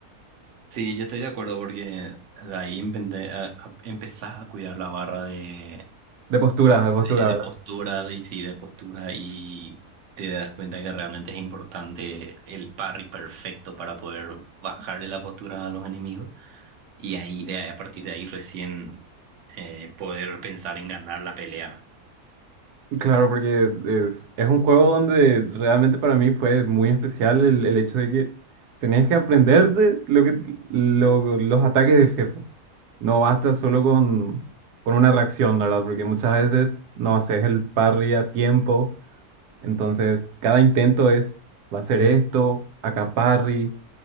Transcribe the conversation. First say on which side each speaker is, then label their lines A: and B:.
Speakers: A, on the right (about 55°); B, on the right (about 80°).
A: Sí, yo estoy de acuerdo porque de ahí empe- a- a- empezás a cuidar la barra de,
B: De postura, de
A: de,
B: postura,
A: de postura y sí, de postura y te das cuenta que realmente es importante el parry perfecto para poder bajarle la postura a los enemigos y ahí de ahí- a partir de ahí recién eh, poder pensar en ganar la pelea.
B: Claro, porque es, es un juego donde realmente para mí fue muy especial el, el hecho de que tenías que aprenderte lo que, lo- los ataques del jefe. No basta solo con, con una reacción, ¿verdad? Porque muchas veces no haces el parry a tiempo. Entonces, cada intento es, va a ser esto, acá parry.